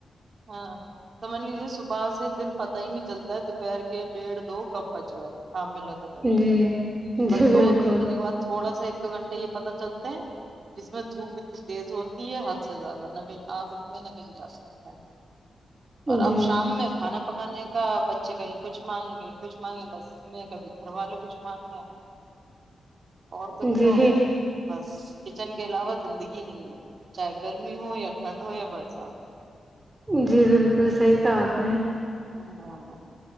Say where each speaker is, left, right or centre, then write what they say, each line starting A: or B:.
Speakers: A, on the right (about 60°); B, on the right (about 30°).
A: ہاں سمجھ لیجے صبح سے دن پتا ہی نہیں چلتا ہے دوپہر کے ڈیڑھ دو کب بچ گیا شام میں لگے لگے
B: جی
A: بس
B: جی
A: دو
B: بالکل
A: تین بجے کے بعد تھوڑا سا ایک دو گھنٹے یہ پتا چلتے ہیں جس میں دھوپ کچ تیز ہوتی ہے حد سے زیادہ نہ کہیں آ سکتے ہیں نہ کہیں جا سکتا ہے اور اب
B: جی
A: شام میں کھانا پکانے بچے کایں کچھ مانگیں گئی کچھ مانگے بس میں کبھی گھر والے کچھ مگ رہ عورتوں کی
B: جی
A: تو بس کچن کے علاوہ زندگی یہ نہیں چاہے گرمی ہو یا ٹنڈ ہو یا بڑ ساحب
B: جی بالکل صحیح تھا آپ نے
A: ہاں